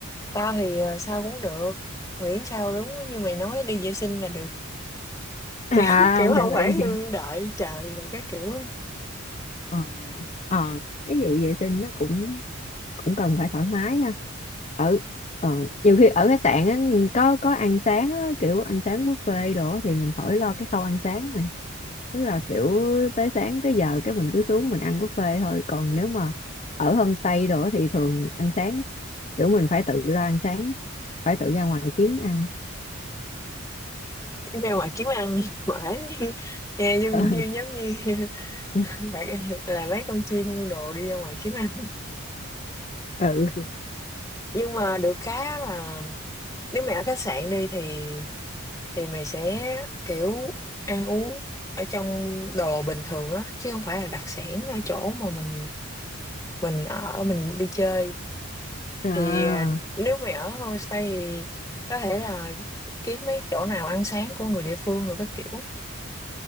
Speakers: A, on the left; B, on the left.
A: tao thì ờ, sao cũng được miễn sao đúng như mày nói đi vệ sinh là được
B: à
A: kiểu <laughs> kiểu không
B: mày mày
A: phải
B: <laughs>
A: đợi chờ rồi cái kiểu
B: ờ ờ cái vụ vệ sinh nó cũng cũng cần phải thoải mái ha ở ờ, nhiều khi ở khách sạn á, có có ăn sáng á, kiểu ăn sáng buffet đồ á, thì mình khỏi lo cái khâu ăn sáng mày tức là kiểu tới sáng tới giờ cái mình cứ xuống mình ăn buffet thôi còn nếu mà ở homestay đồ á thì thường ăn sáng kiểu mình phải tự ra ăn sáng phải tự ra ngoài kiếm ăn
A: ra ngoài kiếm ăn mãi <laughs> nghe giống
B: <laughs>
A: như giống như
B: ừ
A: <laughs> bạn là mấy con chim con đồ đi ra ngoài kiếm ăn
B: ừ.
A: nhưng mà được cái á là nếu mày ở khách sạn đi thì thì mày sẽ kiểu ăn uống ở trong đồ bình thường á chứ không phải là đặc sản ở chỗ mà mình mình ở mình đi chơi
B: Rồi.
A: thì ờ, nếu mày ở homestay thì có thể là kiếm mấy chỗ nào ăn sáng của người địa phương rồi các kiểu